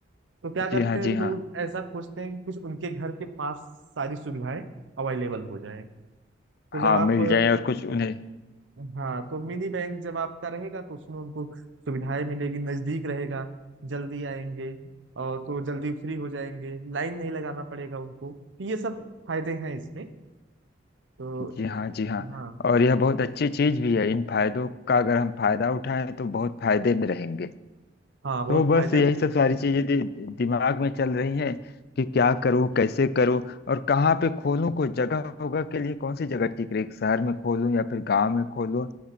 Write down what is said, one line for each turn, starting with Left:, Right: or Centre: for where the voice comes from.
Right: तो क्या करते
Left: जी हाँ
Right: हैं
Left: जी
Right: लोग
Left: हाँ
Right: ऐसा खोजते हैं कि कुछ उनके घर के पास सारी सुविधाएं अवेलेबल हो जाए तो
Left: हाँ
Right: जब आप
Left: मिल जाए और कुछ उन्हें
Right: हाँ तो मिनी बैंक जब आपका रहेगा तो उसमें उनको सुविधाएं मिलेगी नजदीक रहेगा जल्दी आएंगे और तो जल्दी फ्री हो जाएंगे लाइन नहीं लगाना पड़ेगा उनको तो ये सब फायदे हैं इसमें तो
Left: जी हाँ जी हाँ
Right: हाँ
Left: और यह बहुत अच्छी चीज भी है इन फायदों का अगर हम फायदा उठाएं तो बहुत फायदे में रहेंगे
Right: हाँ बहुत
Left: तो बस
Right: फायदे
Left: यही
Right: हैं
Left: सब सारी चीजें दि, दिमाग में चल रही हैं कि क्या करूं कैसे करूं और कहाँ पे खोलूं कोई जगह होगा के लिए कौन सी जगह ठीक रहेगी शहर में खोलूं या फिर गांव में खोलूं